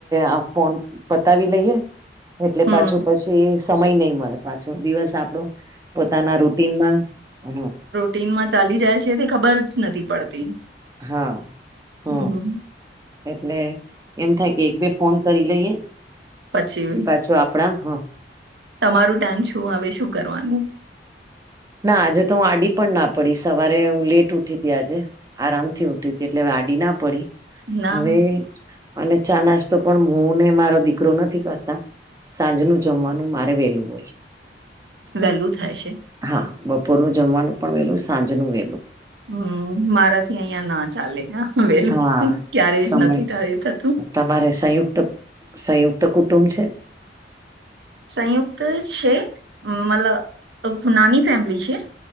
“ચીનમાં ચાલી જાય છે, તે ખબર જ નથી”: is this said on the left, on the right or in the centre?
Right